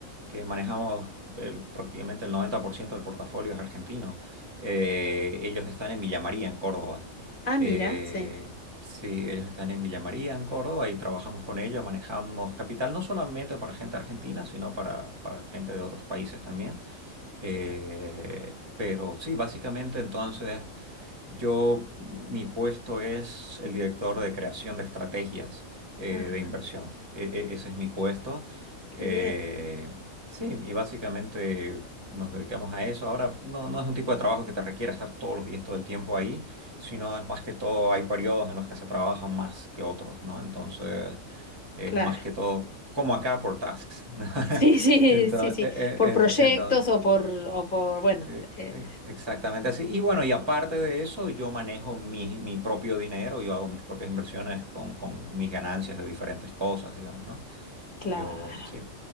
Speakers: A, on the right; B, on the left.
A: que manejamos el- prácticamente el 90% del portafolio es argentino. Eh, ellos están en Villa María, en Córdoba.
B: Ah, mira,
A: Eh,
B: sí.
A: sí, ellos están en Villa María, en Córdoba, y trabajamos con ellos, manejamos capital no solamente para gente argentina, sino para, para gente de otros países también. Eh, pero sí, básicamente entonces... Yo, mi puesto es el director de creación de estrategias eh,
B: Ajá,
A: de inversión. E- e- ese es mi puesto.
B: qué
A: Eh,
B: bien.
A: sí, y básicamente nos dedicamos a eso. Ahora, no, no es un tipo de trabajo que te requiera estar todos los días, todo el tiempo ahí, sino es más que todo, hay periodos en los que se trabaja más que otros, ¿no? Entonces, es
B: Claro.
A: más que
B: <laughs>
A: todo, como acá por tasks.
B: Sí,
A: <laughs>
B: sí,
A: Entonces,
B: sí, sí. Por proyectos o por, o por, bueno,
A: eh,
B: eh,
A: eh, exactamente así. Y bueno, y aparte de eso, yo manejo mi, mi propio dinero, yo hago mis propias inversiones con, con mis ganancias de diferentes cosas, digamos, ¿no?
B: claro.
A: Yo, sí,